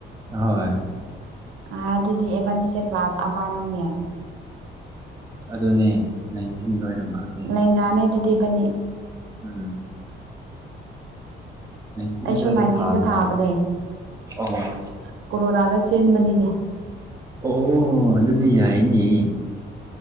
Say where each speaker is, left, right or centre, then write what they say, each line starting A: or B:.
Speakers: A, on the right; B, on the right.
A: ꯍꯣꯏ
B: ꯑꯗꯨꯗꯤ ꯏꯕꯥꯅꯤꯁꯦ ꯀ꯭ꯂꯥꯁ ꯑꯃꯅꯤꯅꯦ
A: ꯑꯗꯨꯅꯦ ꯅꯥꯏꯟꯇꯤꯟ ꯑꯗꯨꯋꯥꯏꯗ ꯃꯥꯜꯂꯦ
B: ꯂꯦꯡꯒꯅꯦ ꯑꯗꯨꯗꯤ ꯏꯕꯅꯤ
A: ꯎꯝ ꯅꯥꯏꯟꯇꯤꯟꯗ
B: ꯑꯩꯁꯨ
A: ꯑꯣꯏꯔ
B: ꯅꯥꯏꯟꯇꯤꯟꯗ
A: ꯊꯥ ꯃꯥꯜꯂꯦ
B: ꯊꯥꯕꯅꯦ
A: ꯑꯣ
B: ꯑꯁ ꯀꯣꯔꯣꯅꯥꯗ ꯆꯦꯟꯕꯅꯤꯅꯦ
A: ꯑꯣ ꯑꯗꯨꯗꯤ ꯌꯥꯏꯅꯦ